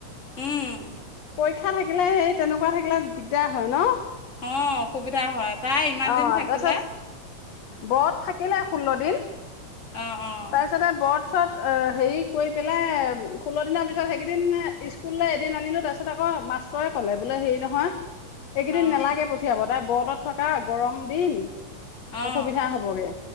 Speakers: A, on the left; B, on the left.
A: উম।
B: পৰীক্ষা থাকিলে সেই তেনেকুৱা থাকিলে দিগদাৰ হয় ন?
A: অ অসুবিধা হয় তাই ইমান
B: অ
A: দিন থাকিলে
B: তাৰপিছত ব্ৰত থাকিলে ষোল্ল দিন
A: অ অ
B: তাৰপিছতে বৰত তাৰপাছত হেৰি কৰি পেলাই ষোল্ল দিনৰ পিছত সেইকদিন স্কুললৈ এদিন আনিলোঁ তাৰপিছত আকৌ মাষ্টৰে ক'লে বোলে হেৰি নহয় এইকেইদিন
A: অঁ
B: নেলাগে পঠিয়াব তাই বদত থকা গৰম দিন
A: অঁ
B: অসুবিধা হবগে